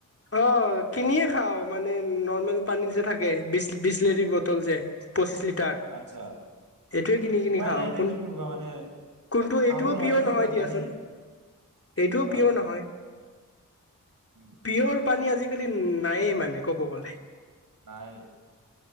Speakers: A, on the left (about 45°); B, on the right (about 80°).
A: অ' কিনিয়ে খাও মানে নৰ্মেল পানীত যে থাকে, বি বিশ লেৰীৰ বটল যে, পঁচিশ লি টাৰ,
B: আচ্ছা
A: এইটোৱে কিনি কিনি
B: উপায়
A: খাওঁ
B: নাই এতিয়া
A: কোন
B: কি কৰিবা মানে
A: কোনটো
B: খাব
A: এইটোও
B: নোৱাৰে
A: পিয়ৰ
B: ন
A: নহয়
B: এইবিলাক
A: দিয়াচোন,
B: পানী
A: এইটোও
B: হয়
A: পিয়ৰ নহয়।
B: উম
A: বোৰ পানী আজিকালি নায়েই মানে ক'ব গ'লে।
B: নাই।